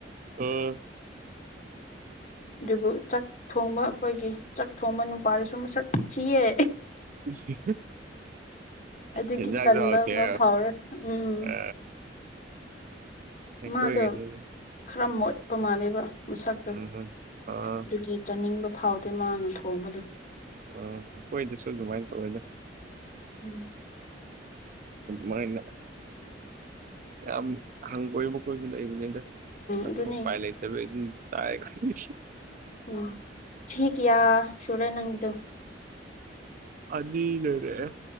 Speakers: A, on the right (about 50°); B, on the left (about 45°).
A: ꯑꯣ
B: ꯑꯗꯨꯕꯨ ꯆꯥꯛ ꯊꯣꯡꯕ ꯑꯩꯈꯣꯏꯒꯤ ꯆꯥꯛ ꯊꯣꯡꯕ ꯅꯨꯄꯥꯗꯁꯨ ꯃꯁꯛ ꯊꯤꯌꯦ
A: ꯁꯤ
B: ꯑꯗꯨꯒꯤ
A: ꯍꯖꯥꯛ
B: ꯇꯟꯕ
A: ꯊꯥꯎ ꯀ
B: ꯑꯃ ꯐꯥꯎꯔꯦ ꯎꯝ
A: ꯑ
B: ꯃꯥꯗꯣ
A: ꯀꯣꯏ ꯀꯗ
B: ꯈꯔ ꯃꯣꯠꯄ ꯃꯥꯜꯂꯦꯕ ꯃꯁꯛꯇꯨ
A: ꯎꯝ ꯑ ꯑ
B: ꯑꯗꯨꯒꯤ ꯆꯥꯅꯤꯡꯕ ꯐꯥꯎꯗꯦ ꯃꯥꯅ ꯊꯣꯡꯕꯗ
A: ꯑꯣ ꯑꯩꯈꯣꯏꯗꯁꯨ ꯑꯗꯨꯃꯥꯏꯅ ꯇꯧꯋꯦꯗ
B: ꯎꯝ
A: ꯃ ꯏ ꯍ ꯑꯩꯈꯣꯏꯁꯨ ꯂꯩꯕꯅꯤꯗ ꯑꯗꯨꯝ
B: ꯑꯗꯨꯅꯦ
A: ꯎꯄꯥꯏ ꯂꯩꯇꯕꯩ ꯑꯗꯨꯝ ꯆꯥꯏ ꯈꯣꯏ
B: ꯎꯝ ꯆ ꯀꯌꯥ ꯁꯨꯔꯨꯔꯦ ꯅꯪꯗꯨꯣ
A: ꯑꯅꯤ ꯂꯣꯏꯔꯦ